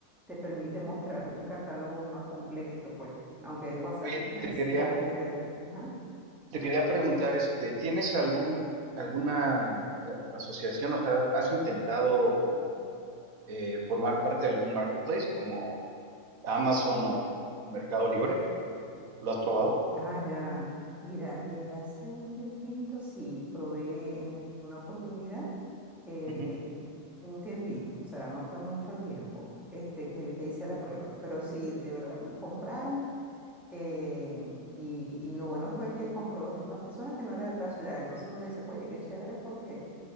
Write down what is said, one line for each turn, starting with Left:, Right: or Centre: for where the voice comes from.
Centre: te permite mostrar un catálogo más completo, pues, aunque WhatsApp
Right: Oye,
Centre: Business
Right: te quería
Centre: te permite... Ajá.
Right: Te quería preguntar, este, ¿tienes algún, alguna eh, asociación? O sea, ¿has intentado como eh, formar parte de algún marketplace como Amazon o Mercado Libre? ¿Lo has probado?
Centre: Ah, ya. Mira, eh, hace un tiempito sí probé en una oportunidad, eh,
Right: Ujú.
Centre: un tiempito, o sea, no fue mucho tiempo, este, que el que hice la prueba, pero sí, de verdad, me compraron. Eh, y, y lo bueno fue que compró una persona que no era de la ciudad. Entonces uno dice, oye, qué chévere porque